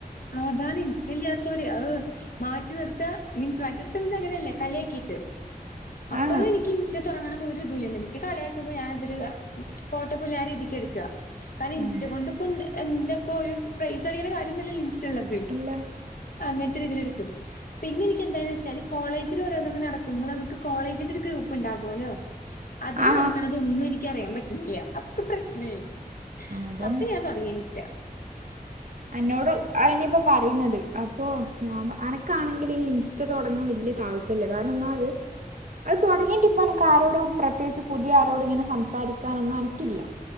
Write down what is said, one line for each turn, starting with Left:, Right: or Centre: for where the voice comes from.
Left: നോഗാന് ഇൻസ്റ്റ ഇല്ലാത്തോല്. അഹ്... മാറ്റി നിർത്താ. മിൻസ് മാറ്റി നിർത്ത എന്നറഞ്ഞാ അങ്ങനെയല്ല കളിയാക്കിയിട്ട്. അപ്പളും
Right: ആ
Left: എനിക്ക് ഇൻസ്റ്റ തൊടങ്ങണംന്ന് ഒരു ഇതും ഇല്ലായ <unintelligible> നി. ജ് കളിയാക്കുമ്പോ ഞാജരു അ പോട്ടപ്പുല്ല് ആ രീതിക്ക് എടുക്കാ. കാരണം ഇൻസ്റ്റ
Right: ആ
Left: കൊണ്ട് ഇപ്പൊ എന്റെ എഞ്ചപ്പ ഒരു പ്രൈസ് അടിക്കണ കാര്യൊന്നുല്ലല്ലോ ഇൻസ്റ്റള്ളത്.
Right: ഇല്ല
Left: അങ്ങൻത്തെ രീതില് എടുക്കു. പിന്നെ എനിക്ക് എന്താന്ന് വെച്ചാല് കോളേജില് ഓരോന്നൊക്കെ നടക്കുമ്പോ നമുക്ക് കോളേജിന്റെ ഒരു ഗ്രൂപ്പ് ഉണ്ടാവൊല്ലോ. അതില്
Right: ആ ആ
Left: നടക്കണതൊന്നും എനിക്ക് അറിയാൻ പറ്റുന്നില്ല. അതൊക്കെ പ്രശ്നേ. <unintelligible>
Right: അതന്നെ
Left: അപ്പൊ ഞാൻ തൊടങ്ങി. ഇൻസ്റ്റ.
Right: അന്നോട് അതന്നെപ്പോ പറയുന്നത്. അപ്പൊ ഞാൻ പ അനക്കാണെങ്കില് ഈ ഇൻസ്റ്റ തൊടങ്ങും വല്ല്യ താൽ- ഇല്ല കാരണം ഒന്നാ അത്. അത് തുടങ്ങിയ ങ്കിപ്പ <unintelligible> ആരോടും പ്രത്യേകിച്ച് പുതിയ ആരോടും ഇങ്ങനെ സംസാരിക്കാനൊന്നും അനക്കില്ല.